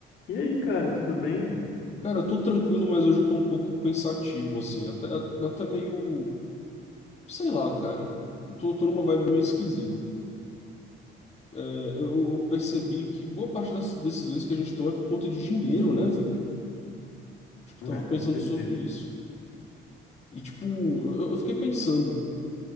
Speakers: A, on the left (about 80°); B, on the left (about 35°).
A: E aí, cara, tudo bem?
B: Cara, eu tô tranquilo, mas hoje eu tô um pouco pensativo, assim, até, até meio, sei lá, cara. Tô, tô numa vibe meio esquisita. É, eu, eu eu percebi que boa parte das decisões que a gente toma é por conta de dinheiro, né, velho? Tipo, eu
A: Ah,
B: tava
A: com
B: pensando
A: certeza.
B: sobre isso. E, tipo, eu, eu fiquei pensando,